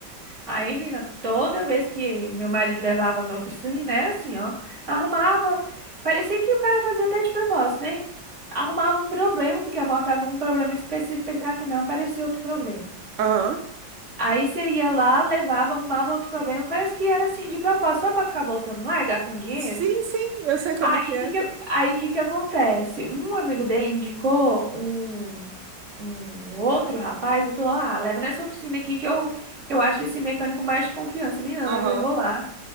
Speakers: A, on the right; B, on the right.
A: Aí, menina, toda vez que meu marido levava na oficina, era assim, ó. Arrumava. Parecia que o cara fazia até de propósito, né? Arrumava um problema, porque a moto tava com um problema específico, pensava que não, aparecia outro problema.
B: aham.
A: Aí você ia lá, levava, arrumava outro problema. Parece que era assim, de propósito, só pra ficar voltando lá e gastando dinheiro.
B: Sim, sim, eu sei como
A: Aí
B: é que é.
A: que que, aí que que acontece? Um amigo dele indicou um, um outro rapaz e falou: Ah, leva nessa oficina aqui que eu, que eu acho esse mecânico mais de confiança. meninas
B: Aham.
A: levou lá.